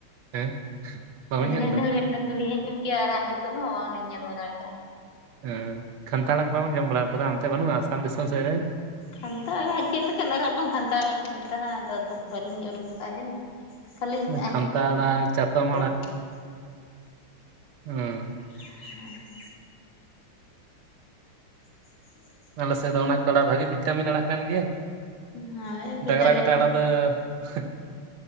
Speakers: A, on the right; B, on the left.
A: ᱦᱮᱸ ᱵᱟᱵᱮᱱ
B: ᱟᱹᱰᱤ
A: ᱧᱮᱞ
B: ᱜᱟᱱ
A: ᱟᱠᱟᱫᱟ
B: ᱟᱹᱱᱟᱹᱲᱤ ᱟᱹᱱᱟᱹᱲᱤᱞᱤᱧ ᱟᱸᱡᱚᱢ ᱠᱮᱜᱼᱟ ᱟᱨᱟᱜ ᱧᱩᱛᱩᱢ ᱦᱚᱸ ᱵᱟᱝᱞᱤᱧ ᱧᱮᱞ ᱵᱟᱲᱟᱣ ᱠᱟᱜᱼᱟ᱾
A: ᱮᱸ ᱠᱷᱟᱱᱛᱟ ᱟᱲᱟᱜ ᱠᱚ ᱵᱟᱢ ᱟᱡᱚᱢ ᱵᱟᱲᱟ ᱠᱟᱫᱟ ᱚᱱᱛᱮ ᱵᱟᱹᱱᱩᱜᱼᱟ ᱟᱥᱟᱢ ᱫᱤᱥᱚᱢ ᱥᱮᱫ ᱨᱮ
B: ᱠᱷᱟᱱᱛᱟᱷ ᱟᱲᱟᱜ ᱪᱤᱫ ᱞᱮᱠᱟᱱ ᱟ ᱟᱨᱵᱟᱝ ᱵᱟᱝ ᱠᱷᱟᱱᱛᱷᱟ ᱠᱚ ᱢᱮᱛᱟᱜᱼᱟ ᱟᱫᱚ ᱟᱫᱚ ᱵᱟᱹᱞᱤᱧ ᱩᱨᱩᱢ ᱠᱟᱜᱼᱟ ᱡᱟᱹᱱᱤᱡ ᱠᱷᱟᱹᱞᱤᱧ
A: ᱠᱷᱟᱱᱛᱟ ᱟᱲᱟᱜ ᱪᱟᱛᱚᱢ
B: <unintelligible>
A: ᱦᱩᱸ
B: <inaudible> <inaudible>
A: ᱟᱞᱮ ᱥᱮᱫ ᱫᱚ ᱚᱱᱟ ᱠᱚ ᱵᱷᱟᱜᱤ ᱵᱷᱤᱴᱟᱢᱤᱱ ᱟᱲᱟᱜ ᱠᱟᱱ ᱜᱮᱭᱟ᱾
B: ᱦᱳᱭ ᱵᱷᱤᱴᱟᱢᱤᱱ
A: ᱫᱟᱜᱽᱨᱟ ᱠᱟᱛᱟ ᱟᱲᱟᱜ ᱫᱚ <inaudible>